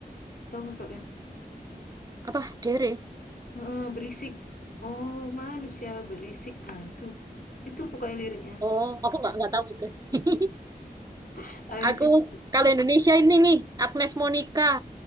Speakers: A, on the left; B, on the right.
A: Tahu kakak kan?
B: Apa? Dere?
A: Heeh, berisik. Oh, manusia berisik. Ah, itu. Itu pokoknya liriknya.
B: Oh, aku nggak nggak tahu itu. <laughs>
A: <laughs> Habis
B: Aku
A: itu,
B: kalau Indonesia ini nih Agnes Monica.